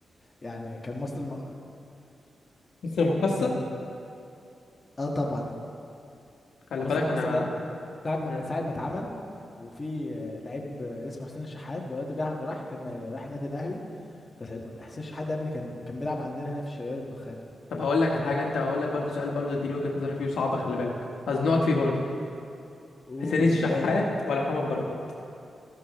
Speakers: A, on the left; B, on the left.
A: يعني كان مصر الم...
B: مصر المقصة
A: كان اه طبعا
B: خلي
A: مصر
B: بالك
A: المقاصة
B: انا
A: ده ساعة ما-
B: مم.
A: من ساعة ما اتعمل وفي آه، لعيب آه، اسمه حسين الشحات دلوقتي بيع- راح راح النادي الاهلي بس حسين الشحات ده يا ابني كان كان بيلعب عندنا هنا في الشرقية الدخان
B: طب هقول لك
A: فرقة
B: على حاجة انت هقول لك برضو سؤال برضو اديني وجهة نظرك فيه وصعب خلي بالك هزنقك فيه برضو
A: قول
B: حسين الشحات
A: مجاهد
B: ولا محمد بركات